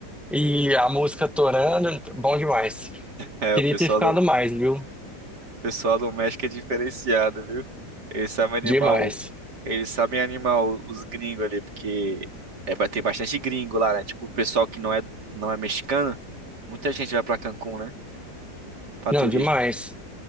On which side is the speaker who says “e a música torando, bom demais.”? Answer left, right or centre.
Centre